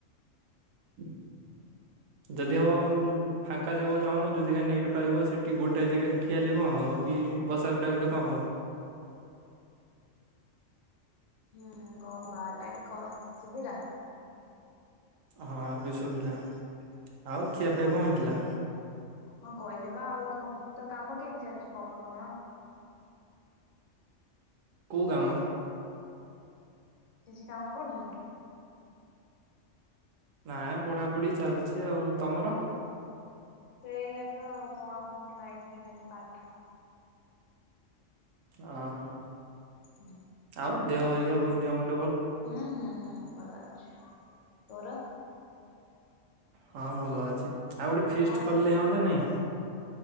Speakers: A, on the right; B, on the left.
A: <unintelligible> ଯଦି ହବ ଉଁ ଫାଙ୍କା ଜାଗାକୁ ଯାଉନ ଯୋଉ ଜାଗା ରେ ନେଟ୍ ପାଇବ ସେଠି ଗୋଟାଏ ଜାଗାରେ ଠିଆ ହେଲେ କଣ ହବ କି କି ବଶା ଉଠା କଲେ କଣ ହବ?
B: ହୁଁ କହ ବାହାରକୁ ଆଇଲି କର ଶୁଭିଲା?
A: ହଁ ଏବେ ଶୁଭିଲା। ଆଉ ଖିଆପିଆ
B: ହଉ
A: କଣ ହେଇଥିଲା
B: ହଉ ହଁ କହିଲି ବା ଆଉ କଣ ତୋ କାମ କେମିତି ଚାଲିଚି? କ ବା କଣ?
A: କୋଉ କାମ?
B: କିଛି କାମ କରୁନୁ?
A: ନାଇଁ ପଢାପଢି ଚାଲିଛି ଆଉ ତମର?
B: ସେଇଆ ତ ଆଉ କଣ ଲାଇଫରେ ଖାଲି ପାଠ।
A: ଓହୋ
B: ହୁଁ
A: ଆଉ ଦେହ ହରିକା ଉଁ ଦେହ ମୁ
B: ହୁଁ ହୁଁ ଭଲ ଅଛି ତୋର?
A: ହଁ ଭଲ ଅଛି ଆଉ ଗୋଟେ ଫିଷ୍ଟ
B: ଆଉ
A: କଲେ ହଅନ୍ତା ନାଇଁ?